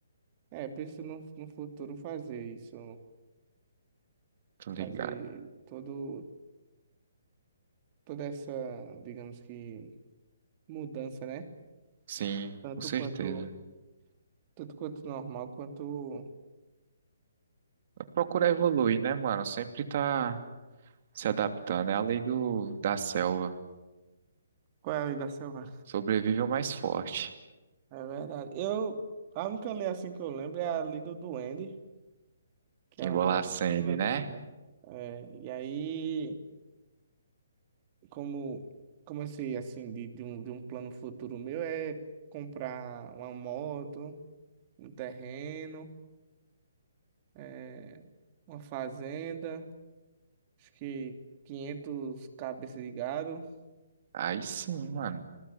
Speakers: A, on the right; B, on the right.
A: é, penso no, no futuro fazer isso,
B: tô ligado.
A: fazer todo, toda essa, digamos que, mudança, né?
B: Sim,
A: Tanto
B: com certeza.
A: quanto, tanto quanto normal, quanto...
B: Procurar evoluir, né, mano? Sempre tá se adaptando. É a lei do, da selva.
A: Qual é a lei da selva?
B: Sobrevive o mais forte.
A: É verdade. Eu, a única lei assim que eu lembro é a lei do duende, que
B: Embolar
A: ela não...
B: a Sandy,
A: Ela
B: né?
A: não é, e aí... como, como eu sei, assim, de, de um, de um plano futuro meu é comprar uma moto, um terreno, é, uma fazenda, acho que 500 cabeças de gado,
B: Aí sim, mano.